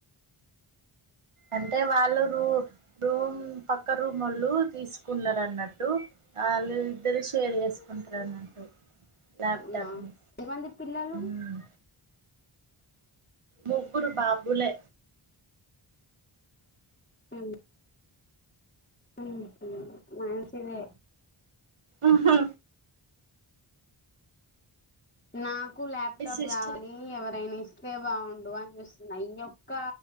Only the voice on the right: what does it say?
అంటే వాళ్ళు రూ రూమ్ పక్క రూమోల్లు తీసుకున్నారు అన్నట్టు వాళ్ళు ఇద్దరు షేర్ చేసుకుంటారు అన్నట్టు ల్యాప్టాప్ని
మ్మ్ ముగ్గురు బాబులే
ఉహ
మీ సిస్టర్